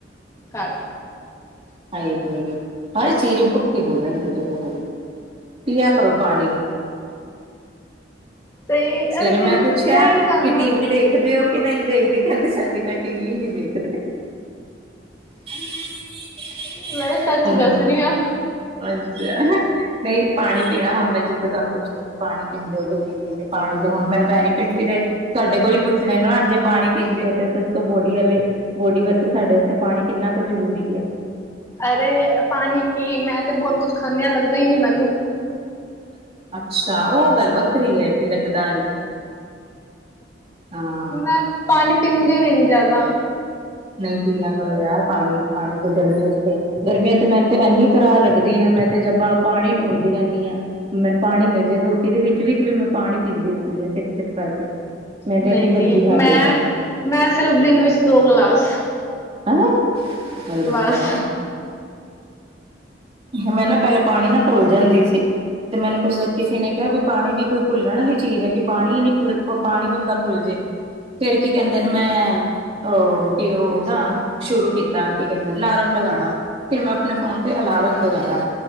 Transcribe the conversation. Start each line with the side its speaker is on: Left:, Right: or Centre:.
Left: ਘੱਟ
Right: ਹ ਹਰ ਚੀਜ਼ ਪੁੱਠੀ ਬੋਲਣਗੇ ਜਦੋਂ ਬੋਲਣਗੇ, ਪੀਆ ਕਰੋ ਪਾਣੀ।
Left: ਸਹੀ
Right: ਸਵੇਰੇ
Left: ਅਰੇ ਪੀ
Right: ਮੈਂ ਪੁੱਛਿਆ,
Left: ਪਿਆ ਹੀ ਨਹੀਂ ਜਾਂਦਾ
Right: ਕਿ ਟੀ ਵੀ ਦੇਖਦੇ ਹੋ? ਕੇ ਨਹੀਂ ਦੇਖਦੇ, ਕਹਿੰਦੇ ਸਾਡੇ ਘਰ ਟੀ ਵੀ ਨਹੀਂ ਦੇਖਦੇ। <inaudible>
Left: ਮੈਂ ਤਾਂ ਸੱਚ
Right: ਹੁਣੇ
Left: ਦੱਸ ਰਹੀ ਹਾਂ।
Right: ਅੱਛਾ, ਨਹੀਂ ਪਾਣੀ ਪੀਣਾ ਹੁਣ ਮੈਂ ਜਿੱਦਾਂ ਤੁਹਾਨੂੰ ਪੁੱਛਦਾ ਪਾਣੀ ਪੀਂਦੇ ਹੋ ਕੇ ਨਹੀਂ ਪੀਦੇਂ। ਪਾਣੀ ਦੇ ਹੁਣ ਮੈਨੂੰ ਬੈਨੀਫਿਟ ਵੀ ਰਹੇ। ਤੁਹਾਡੇ ਕੋਲ ਹੀ ਪੁੱਛਣਾ ਨਾ, ਜੇ ਪਾਣੀ ਪੀਂਦੇ ਹੋ, ਤੇ ਦੱਸੋ ਬੋਡੀ ਵਾਲੇ ਬੋਡੀ ਵਾਸਤੇ, ਸਾਡੇ ਵਾਸਤੇ ਪਾਣੀ ਕਿੰਨਾ ਕੁ ਜ਼ਰੂਰੀ ਹੈ
Left: ਅਰੇ ਪਾਣੀ ਕੀ, ਮੈਂ ਤੇ ਬਹੁਤ ਕੁਛ ਖਾਂਦੀ ਹਾਂ ਲੱਗਦਾ ਹੀ ਨੀ ਮੈਨੂੰ
Right: ਅੱਛਾ, ਉਹ ਗੱਲ ਵੱਖਰੀ ਹੈ ਕਿ ਲੱਗਦਾ ਨੀ ਹਾਂ
Left: ਮੈੰ ਪਾਣੀ ਪੀਂਦੀ ਵੀ ਨੀ ਜਿਆਦਾ
Right: ਨਹੀਂ ਪੀਆਂ ਕਰੋ ਯਾਰ, ਪਾਣੀ 'ਚ ਪਾਣੀ ਤੇ ਗਰਮੀਆਂ 'ਚ ਤੇ ਗਰਮੀਆਂ ਤੇ ਮੈਨੂੰ ਤੇ ਇੰਨੀ ਤਰ੍ਹਾਂ ਲੱ ਲਗਦੀ ਆ ਮੈਂ ਤੇ ਜ ਆਪਾਂ ਪਾਣੀ ਟੂੰਣਦੀ ਰਹਿੰਦੀ ਹਾਂ ਮੈਨੂੰ ਪਾਣੀ ਮਿਲ ਜਾਏ, ਰੋਟੀ ਦੇ ਵਿੱਚ -ਵਿਚ ਵੀ ਮੈਂ ਪਾਣੀ ਪੀਂਦੀ ਰਹਿੰਦੀ ਹਾਂ, ਸਿਪ- ਸਿਪ ਕਰਕੇ। ਮੇਰੀ ਤੇ
Left: ਨਹੀਂ
Right: ਇੰਨੀ
Left: ਨਹੀਂ
Right: ਗੰਦੀ ਹੈਬਿਟ
Left: ਮੈਂ
Right: ਹੈ।
Left: ਮੈਂ ਸਿਰਫ ਦਿਨ ਵਿੱਚ ਦੋ ਗਲਾਸ।
Right: ਹੈੰ ਹਾਏ ਰਬਾ
Left: ਬਸ
Right: ਮੈਂ ਨਾ, ਪਹਿਲੇ ਪਾਣੀ ਨਾ ਭੁੱਲ ਜਾਂਦੀ ਸੀ। ਤੇ ਮੈਨੂੰ ਕੁਛ ਕਿਸੇ ਨੇ ਕਿਹਾ, ਬਾਈ ਪਾਣੀ ਵੀ ਕੋਈ ਭੁੱਲਣ ਵਾਲੀ ਚੀਜ਼ ਹੈ, ਕਿ ਪਾਣੀ ਨਹੀਂ ਭ ਪ ਪਾਣੀ ਬੰਦਾ ਭੁੱਲ ਜੇ। ਫ਼ਿਰ ਕੀ ਕਹਿੰਦੇ ਨੇ ਮੈਂ। ਉਹ ਕੀ ਉਹ ਨਾ, ਸ਼ੁਰੂ ਕੀਤਾ ਕੀ ਕਹਿੰਦੇ ਨੇ ਲਾਰਮ ਲਗਾਣਾ, ਫਿਰ ਮੈਂ ਆਪਣੇ ਫੋਨ ਫ਼ਿਰ ਅਲਾਰਮ ਲਗਾਇਆ,